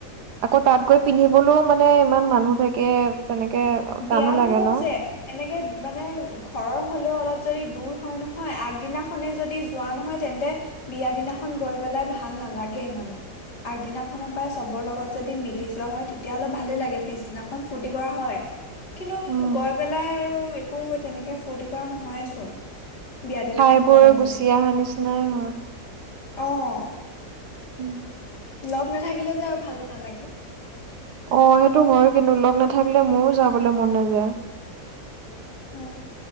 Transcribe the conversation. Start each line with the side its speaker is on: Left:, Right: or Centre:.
Right: আকৌ তাত গৈ পিন্ধিবলৈও মানে ইমান মানুহ থাকে তেনেকে
Left: বিয়া
Right: টানো লাগে
Left: বোৰত
Right: ন
Left: যে, এনেকে মানে ঘৰৰ হ'লেও অলপ যদি দূৰ হয় নহয়, আগদিনাখনে যদি যোৱা নহয় তেন্তে বিয়া দিনাখন গৈ পেলাই ভাল নালাগে ইমানো। আগদিনাখনৰ পৰাই চবৰ লগত যদি মিলি যোৱা হয়, তেতিয়া হ'লে অলপ ভালেই লাগে, পিছদিনাখন ফূৰ্তি কৰা হয়। কিন্তু
Right: উম।
Left: গৈ পেলাই আৰু একো তেনেকে ফূৰ্তি কৰা নহয়েচোন। বিয়া দিনাখন
Right: খাই বৈ
Left: গলে মানে
Right: গুচি অহা নিচিনাই হয়।
Left: অঁ।
Right: উম।
Left: লগ নাথাকিলে যে আৰু ভালো নালাগে।
Right: অ' সেইটো হয় কিন্তু লগ নাথাকিলে মোৰো যাবলৈ মন নাযায়।
Left: অ